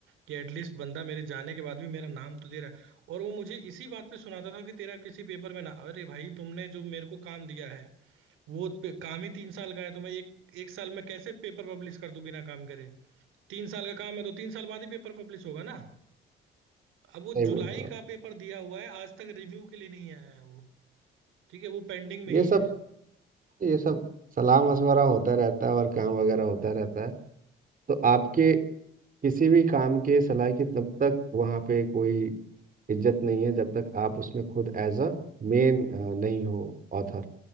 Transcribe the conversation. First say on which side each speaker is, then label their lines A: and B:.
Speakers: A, on the right (about 90°); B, on the right (about 45°).
A: कि एटलीस्ट बंदा मेरे जाने के बाद भी मेरा नाम तो दे रहा है और वो मुझे इसी बात पे सुनाता था कि तेरा किसी पेपर में ना अरे भाई तुमने जो मेरे को काम दिया है वो पे- काम ही तीन साल का है तो मैं एक एक साल में कैसे पेपर पब्लिश कर दूं बिना काम करे तीन साल का काम है तो तीन साल बाद ही पेपर पब्लिश होगा ना अब वो
B: सही बोल
A: जुलाई
B: रहे हो आप
A: का पेपर दिया हुआ है आज तक रिव्यू के लिए नहीं आया है वो ठीक है वो पेंडिंग में ही
B: ये सब
A: है
B: ये सब सलाह मशवरा होता रहता है और काम वगैरह होता रहता है तो आपके किसी भी काम के सलाह की तब तक वहाँ पे कोई इज्जत नहीं है जब तक आप उसमें खुद एज अ मेन नहीं हो ऑथर